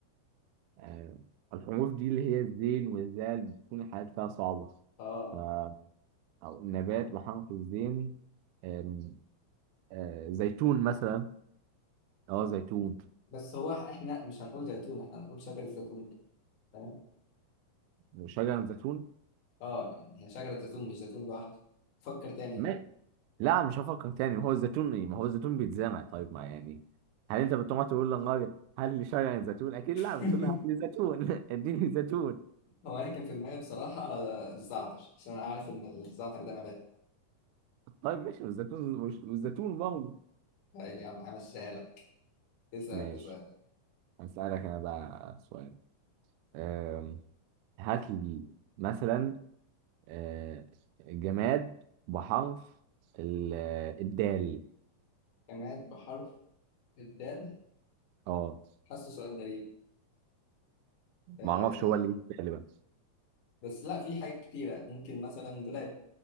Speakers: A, on the right; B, on the left.
A: آه. الحروف دي اللي هي الزين والزال بتكون الحاجات فيها صعبه
B: اه
A: ف- او نبات بحرف الزين آم، آه، زيتون مثلا اه زيتون
B: بس هو احنا مش هنقول زيتون احنا هنقول شجرة زيتون تمام
A: وشجر زيتون
B: اه يعني هي شجرة زيتون مش زيتون لوحده فكر تاني
A: ما
B: كده
A: لا مش هفكر تاني ما هو الزيتون ايه ما هو الزيتون بيتزرع طيب ما يعني هل انت بتقعد تقول للراجل هل لي شجر زيتون اكيد لا
B: <laughs>
A: بتقول له هات لي زيتون <laughs> اديني زيتون
B: هو انا كان في دماغي بصراحة آه، الزعتر عشان انا عارف ان الزعتر ده نبات
A: طيب ماشي والزيتون والزيتون برضه
B: طيب يا عم همشيها لك اسأل
A: ماشي
B: انت سؤال
A: هسألك انا بقى سؤال أم، هات لي مثلا أه، جماد بحرف ال- الدال
B: جماد بحرف الدال
A: اه
B: حاسه سؤال غريب آه
A: ما اعرفش هو اللي جه في بالي بقى
B: بس لا في حاجات كتيرة ممكن مثلا دولاب